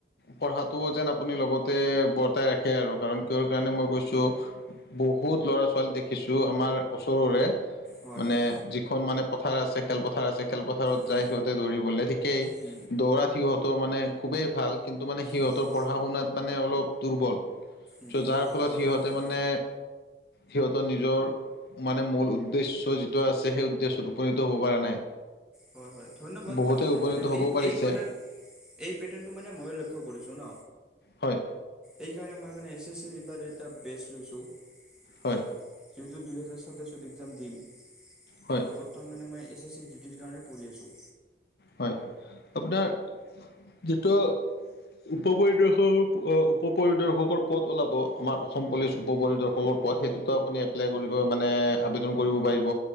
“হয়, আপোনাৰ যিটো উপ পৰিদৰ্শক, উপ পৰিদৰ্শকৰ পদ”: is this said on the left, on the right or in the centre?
Left